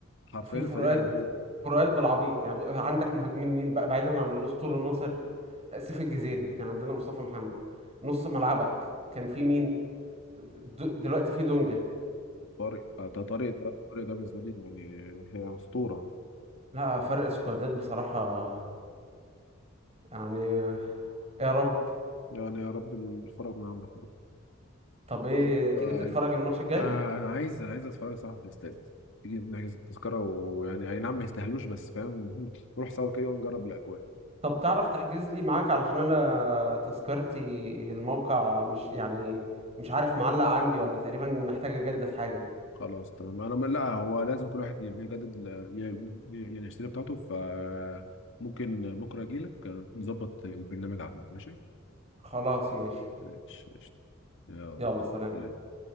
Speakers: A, on the left (about 65°); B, on the right (about 30°).
A: حرفيا
B: في فروقات
A: فريق هلهولة
B: فروقات بالعبيط يعني ب- عندك مهاجمين مين بقى بعيدا عن الاسطوره ناصر سيف الجزيري كان عندنا مصطفى محمد نص ملعبك كان في مين د- دلوقتي في دونجا
A: طارق آه، ده طارق ده طارق ده بالنسبة لي يعني هي أسطورة
B: لا فرق سكوادات بصراحة يعني يا رب
A: يعني يا رب الفرج من عندك يا رب.
B: طب ايه
A: ان شاء الله
B: تيجي
A: عايز
B: تتفرج الماتش الجاي
A: آه انا عايز انا عايز اتفرج صراحة في الاستاد تيجي نحجز التذكرة ويعني اي نعم ما يستاهلوش بس فاهم <laughs> نروح سوا كده ونجرب الاجواء
B: طب تعرف تحجز لي معاك علشان انا تذكرتي الموقع مش يعني مش عارف معلق عندي ولا تقريبا محتاجة اجدد حاجة
A: خلاص تمام انا م- لا هو لازم كل واحد يجدد ال- ي- يعني يشتري بتاعته فممكن بكره اجي لك نظبط البرنامج عندك ماشي
B: خلاص ماشي
A: ماشي قشطة. يلا
B: يلا سلام
A: سلام